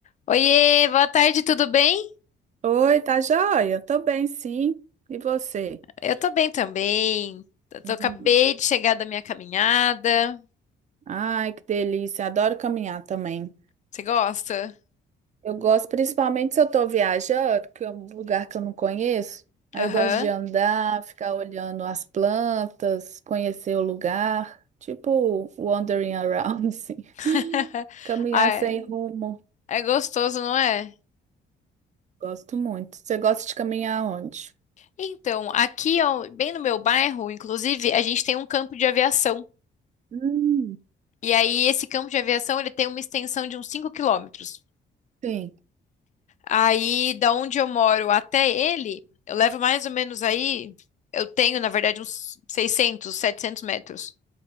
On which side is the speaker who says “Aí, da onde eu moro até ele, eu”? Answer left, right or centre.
Left